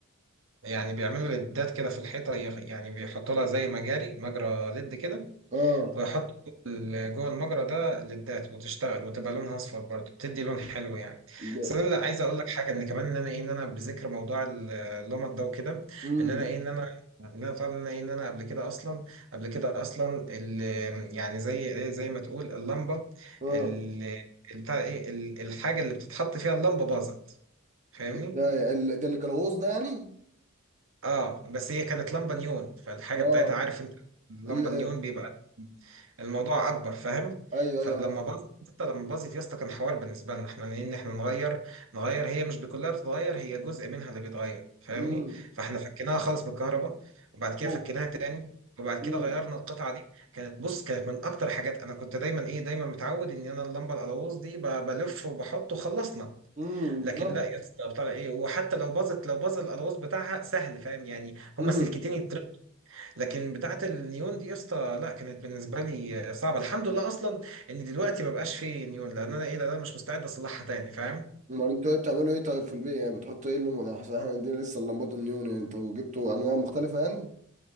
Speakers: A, on the right; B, on the right.
A: يعني بيعملوا للدات كده في الحيطه يخ- يعني بيحطوا لها زي مجاري مجرى ليد كده
B: اه
A: ويحط ال- جوه المجرى ده للذات وتشتغل وتبقى لونها اصفر برضه بتدي لون حلو يعني
B: ده
A: بس انا لا عايز اقول لك حاجه ان كمان ان انا ايه ان انا بذكر موضوع ال- اللمط ده وكده
B: امم
A: ان انا ايه ان انا ان انا طبعا ان انا إيه، إن أنا قبل كده اصلا قبل كده اصلا ال- يعني زي ايه زي ما تقول اللمبه
B: اه
A: ال- بتاع ايه ال- الحاجه اللي بتتحط فيها اللمبه باظت فاهمني
B: ازاي ال- ده اللي جلوز ده يعني
A: اه بس هي كانت لمبة نيون فالحاجة
B: اه
A: بتاعتها عارف انت اللمبة
B: ال-
A: نيون بيبقى الموضوع اكبر فاهم
B: ايوه
A: فلما
B: ايوه عارف
A: باظت يا اسطى- لما باظت يا اسطى كان حوار بالنسبة لنا احنا ان احنا نغير نغير هي مش بكلها بتتغير هي جزء منها اللي بيتغير فاهمني
B: امم
A: فاحنا فكيناها خالص من الكهرباء وبعد كده
B: اوف
A: فكيناها تاني وبعد
B: امم
A: كده غيرنا القطعة دي كانت بص كانت من اكتر حاجات انا كنت دايما ايه دايما متعود ان انا اللمبة القلاووز دي ب- بلف وبحط وخلصنا
B: امم
A: لكن
B: بالظبط
A: لا يا اسطى بتاع ايه وحتى لو باظت لو باظ الالواز بتاعها سهل فاهم يعني هما
B: امم
A: سلكتين يتر... لكن بتاعه النيون دي يا اسطى لا كانت بالنسبه لي صعبه الحمد لله اصلا ان دلوقتي ما بقاش فيه نيون لان انا ايه لان انا مش مستعد اصلحها تاني فاهم
B: امال انتوا ايه بتعملوا ايه طيب في البيت يعني بتحطوا ايه اللون ده احنا احنا عندنا لسه اللمبات النيون يعني انتوا جبتوا انواع مختلفه يعني